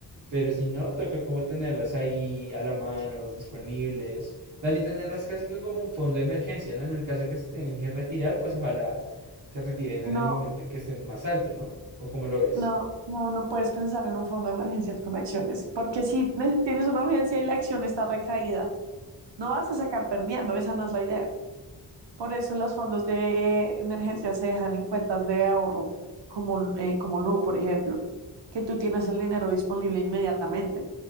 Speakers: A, on the right; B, on the right.
A: Pero si no, toca como tenerlas ahí a la mano, disponibles. También tenerlas casi que como un fondo de emergencia, ¿no? En el caso de que se tengan que retirar, pues ojalá se retiren en
B: no,
A: el momento en que estén más alto, ¿no? ¿O como lo ves
B: no, no, no puedes pensar en un fondo de emergencias con acciones, porque si ne- tienes una urgencia y la acción está recaída, no vas a sacar perdiendo, esa no es la idea. Por eso los fondos de emergencia se dejan en cuentas de ahorro, como, eh, como Nu, por ejemplo, que tú tienes el dinero disponible inmediatamente.